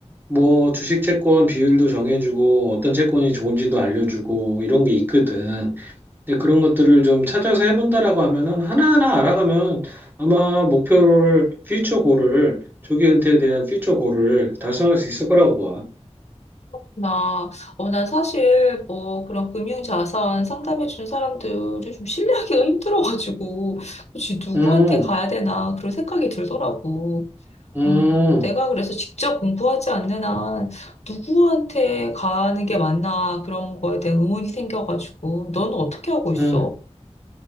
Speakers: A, on the right (about 15°); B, on the left (about 70°).
A: 뭐 주식 채권 비율도 정해주고 어떤 채권이 좋은지도 알려주고 이런 게 있거든. 근데 그런 것들을 좀 찾아서 해본다라고 하면은 하나하나 알아가면 아마 목표를 퓨처 골을 조기 은퇴에 대한 퓨처 골을 달성할 수 있을 거라고 봐.
B: 나, 어, 난 사실 뭐 그런 금융자산 상담해 준 사람들을 좀 신뢰하기가 힘들어가지고, 혹시 누구한테
A: 음,
B: 가야 되나 그런 생각이 들더라고.
A: 음,
B: 음, 내가 그래서 직접 공부하지 않는 한 누구한테 가는 게 맞나 그런 거에 대한 의문이 생겨가지고, 너는 어떻게 하고 있어?
A: 음.